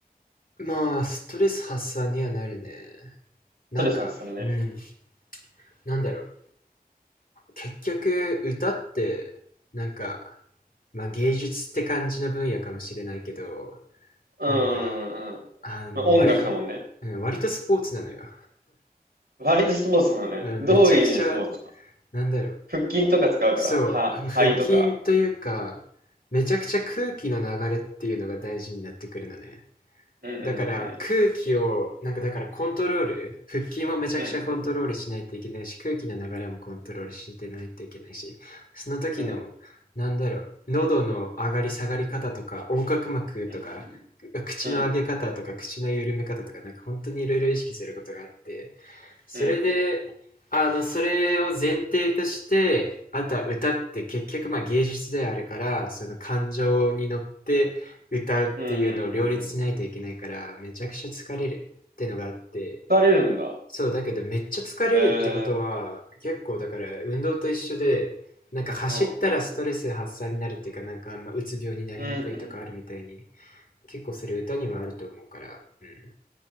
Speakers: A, on the left; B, on the right.
A: まあ、ストレス発散にはなるね。なんか、
B: ストレス発散ね。
A: うん、なんだろう。結局、歌って、なんか、まあ芸術って感じの分野かもしれないけど、
B: うんうんうん。
A: なんか、あの、
B: まあ、音楽だもんね。
A: 割割とスポーツなのよ。
B: 割とスポーツなのね。
A: うんめちゃくちゃ、
B: どういう意味でスポーツなの
A: なんだろう。
B: 腹筋とか使うから、
A: そう、
B: は、
A: 腹筋というか、
B: 肺とか。
A: めちゃくちゃ空気の流れっていうのが大事になってくるのね。
B: うんうん
A: だから空気を、なんかだからコントロール、腹筋もめちゃくちゃコントロールしないといけないし、
B: うんうん。
A: 空気の流れもコントロールしてないといけないし、その時の、
B: うん。うん。
A: なんだろう、喉の上がり下がり方とか、横隔膜とか、
B: うん。
A: 口の上げ方とか、
B: うん。
A: 口の緩め方とか、なんか本当にいろいろ意識することがあって、それで、
B: うん。うん。
A: あの、それを前提として、あとは歌って結局まあ芸術であるから、その感情に乗って歌うっていうのを両立しないといけないから、
B: うんうん
A: めちゃくちゃ疲れるってのがあって、
B: 疲れるんだ。
A: そう、だけどめっちゃ疲れるってことは、
B: えー、
A: 結構だから運動と一緒で、なんか走ったらストレス発散になるっていうか、
B: うん。うん
A: なんかあんまうつ病になりにくいとかあるみたいに、
B: うんうん。
A: 結構それ歌にもあると思うから、うん。